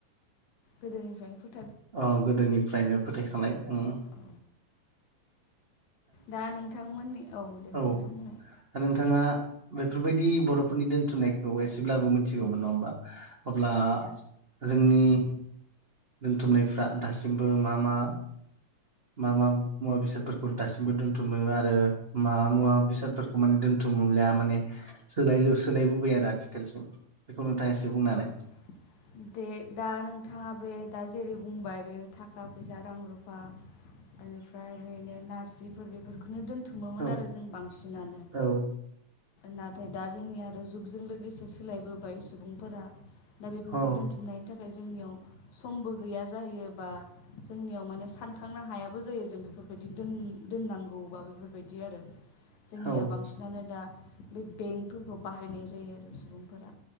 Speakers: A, on the left; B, on the right.
A: गोदोनिफ्रायनो फु
B: औ गोदोनिफ्रायनो फोथायखानाय उम
A: औ दा नोंथांमोननि दे
B: औ
A: नोंथां बुंनाय
B: नोंथाङा बेफोरबायदि बर'फोरनि दोनथुमनाय। एसेब्लाबो मिथिगौमोन नङा होमबा अब्ला जोंनि
A: औ
B: दोनथुमनायफ्रा दासिमबो मा मा मा मा मुवा बेसादफोर दासिबो दोनथुम आरो मा मुवा बेसादफोरखौ दोनथुम लिया माने सो सोलायबोबाय आरो आथिखालसिम बेखौ नोंथाङा एसे बुंनानै
A: <inaudible> दे दा नोंथाङा बे दा जेरै बुंबाय बे थाखा फैसा रां रुफा। निफ्राय ओरैनो नारजिफोर बेफोरखौनो दोन थुमोमोन
B: औ
A: आरो जों बांसिनानो।
B: औ
A: नाथाय दा जोंनि आरो जुगजों लोगोसे सोलायबोबाय सुबुंफोरा दा बेफोर
B: औ
A: खौ दोनथुमनायनि थाखाय जोंनियाव समबो गैया जाहैयो बा जोंनियाव माने सान खांनो हायाबो जायो जों बेफोरबायदि दोन दोननांगौबा बेफोरबायदि आरो। जोंनिया
B: औ
A: बांसिनानो दा बे बेंकफोरखौ बाहायनाय जायो आरो सुबुंफोरा